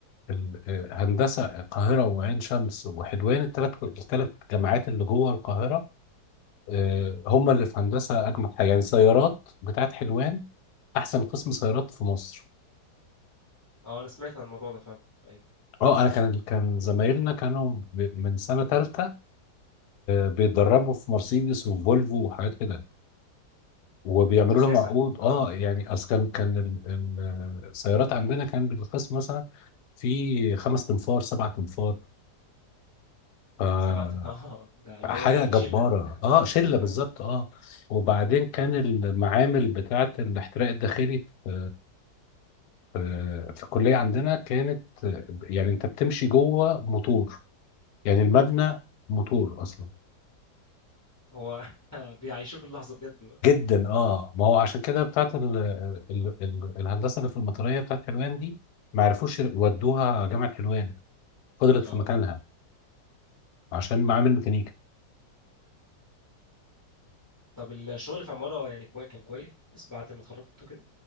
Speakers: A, on the left; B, on the left.
A: ال آه، هندسه القاهره وعين شمس وحلوان الثلاث الثلاث جامعات اللي جوه القاهره آه هم اللي في هندسه اجمد حاجه يعني سيارات بتاعه حلوان احسن قسم سيارات في مصر
B: اه انا سمعت عن الموضوع ده فعلا ايوه
A: اه انا كان كان زمايلنا كانوا ب- من سنه ثالثه بيتدربوا في مرسيدس وفولفو وحاجات كده وبيعملوا
B: اساسا
A: لهم عقود
B: اه
A: اه يعني اصل كان كان ال- ال- السيارات عندنا كان بالقسم مثلا في خمس تنفار سبع تنفار ف-
B: سبعة <laughs> اه ده اللي
A: حاجه
B: هو يعني
A: جباره
B: شله
A: اه شله
B: آه.
A: بالظبط اه وبعدين كان المعامل بتاعه الاحتراق الداخلي في في في الكليه عندنا كانت يعني انت بتمشي جوه موتور يعني المبنى موتور اصلا
B: هو <laughs> آه، بيعيشوك اللحظه بجد بقى.
A: جدا اه ما هو عشان كده بتاعت ال ال ال الهندسه اللي في المطريه بتاعت حلوان دي ما عرفوش ودوها جامعه حلوان فضلت
B: اه
A: في مكانها عشان معامل ميكانيكا
B: طب الشغل في عماره يعني كوي... كان كويس بعد ما اتخرجت كده